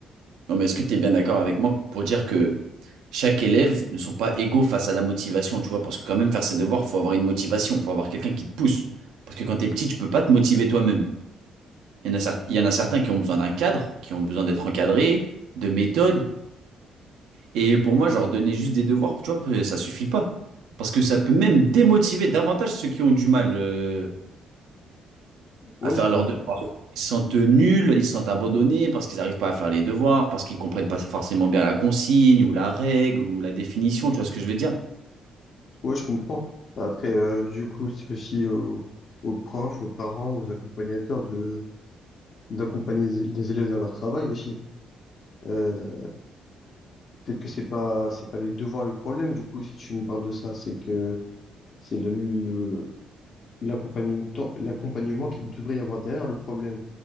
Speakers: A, on the right; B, on the left.
A: Non, mais est-ce que tu es bien d'accord avec moi pour dire que chaque élève ne sont pas égaux face à la motivation, tu vois? Parce que quand même, faire ses devoirs, faut avoir une motivation, faut avoir quelqu'un qui te pousse. Parce que quand t'es petit, tu peux pas te motiver toi-même. Il y en a, cer- il y en a certains qui ont besoin d'un cadre, qui ont besoin d'être encadrés, de méthodes. Et pour moi, genre, donner juste des devoirs, tu vois, peu- ça suffit pas. Parce que ça peut même démotiver davantage ceux qui ont du mal. euh,
B: Ouais,
A: à faire
B: je comprends.
A: leurs devoirs. Ils se sentent nuls, ils se sentent abandonnés parce qu'ils n'arrivent pas à faire les devoirs, parce qu'ils comprennent pas forcément bien la consigne ou la règle ou la définition, tu vois ce que je veux dire?
B: Ouais, je comprends. Après, euh, du coup, c'est aussi au aux profs, aux parents, aux accompagnateurs de, d'accompagner les les élèves dans leur travail aussi. Euh, peut-être que c'est pas c'est pas les devoirs le problème du coup si tu me parles de ça c'est que c'est le, le- l'accompagnement l'accompagnement qu'il devrait y avoir derrière le problème.